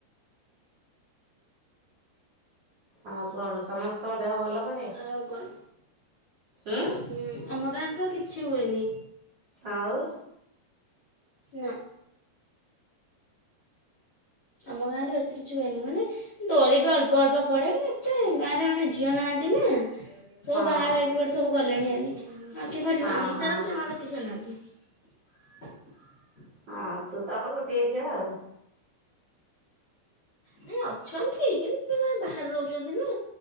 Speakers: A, on the right; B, on the left.
A: ଆଉ କଣ ସମସ୍ତଙ୍କ ଦେହ ଭଲ। ଘରେ
B: ଆଉ କଣ?
A: ଉଁ
B: ହୁଁ ଆମକ ତ କିଛି ହୁଏନି।
A: ଆଉ
B: ନା। ଆମ ଗାଁରେ ବେଶୀ କିଛି ହୁଏନି ମାନେ ଦୋଳି ବି ଅଳ୍ପ ଅଳ୍ପ ପଡ଼େ କି ଏତେ ଗାଁରେ ମାନେ ଝିଅ ନାହାନ୍ତି ନା। ସବୁ
A: ହଁ
B: ବାହା ଭ କ ବଡେ ସବୁ ଗଲେଣି ହାରି ଆଉ କିଏ କରିବ
A: ହଁ
B: ଆମ
A: ହଁ।
B: ସାରା ତ ଜମା ବେଶୀ ନାହାନ୍ତି। <inaudible>
A: ହଁ ତୁ ତ ଆମର ଗୋଟେ ଝିଅ ଆଉ।
B: ନାଇଁ ଅଛନ୍ତି କିନ୍ତୁ ସେମାନେ ବାହାରେ ରହୁଚନ୍ତି ନା